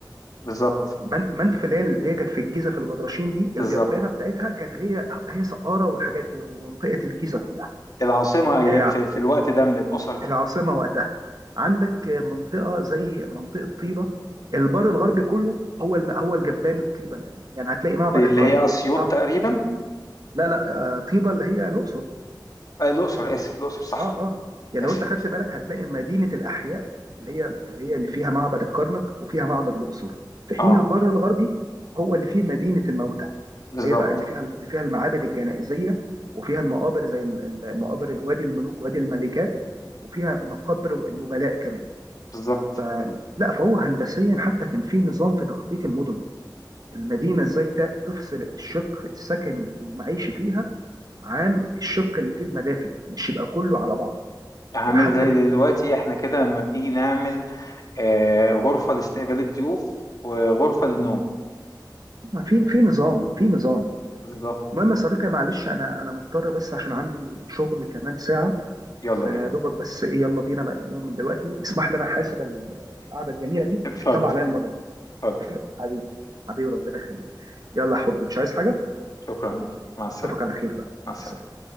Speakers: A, on the left; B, on the right.
A: بالظبط
B: من منف اللي هي اللي هي كانت في الجيزه في البدرشين دي
A: بالظبط
B: الجبانه بتاعتها كانت هي هي سقاره والحاجات و- ومنطقه الجيزه كلها
A: العاصمة أي-
B: آه،
A: في في الوقت ده من الأسر دي
B: العاصمه وقتها عندك آه، منطقه زي منطقه طيبه البر الغربي كله هو الم... هو الجبان الطيبه القديم يعني هتلاقي معبد
A: اللي
B: الكرنك
A: هي أسيوط
B: ومعب...
A: تقريبا
B: لا لا آه، طيبه اللي هي الاقصر
A: آه، الأقصر آسف الأقصر صح
B: اه اه يعني
A: آسف
B: لو انت خدت
A: آسف
B: بالك هتلاقي مدينه الاحياء اللي هي اللي هي اللي فيها معبد الكرنك وفيها معبد الاقصر في حين
A: اه
B: البر الغربي هو اللي فيه مدينه الموتى
A: بالظبط
B: اللي هي بقى اللي فيها اللي فيها المعابد الجنائزيه وفيها المقابر زي ال- ال- مقابر الوادي الملوك وادي الملكات وفيها مقابر النبلاء كمان
A: بالظبط
B: فلا فهو هندسيا حتى كان في نظام في تخطيط المدن المدينه ازاي تا- تفصل الشق السكني والمعيشي فيها عن الشق اللي فيه المدافن مش يبقى كله على بعضه
A: عامل
B: يعني حتى
A: زي
B: من
A: دلوقتي احنا كده لما بنيجي نعمل آه، غرفة لاستقبال الضيوف وغرفة للنوم
B: في في نظام في نظام
A: بالظبط
B: المهم يا صديقي معلش انا انا مضطر بس عشان عندي شغل كمان ساعة
A: يلا
B: فدوبك
A: بينا
B: بس ايه يلا بينا بقى نقوم من دلوقتي اسمح لي انا حاسب ال- القعدة الجميلة دي
A: <laughs> اتفضل
B: حساب عليا المرة دي
A: اتفضل
B: حبيبي حبيبي ربنا يخليك يلا يا حبيبي مش عايز حاجة
A: شكرا ليك مع السلامة
B: اشوفك على خير بقى مع
A: مع السلامة
B: السلامة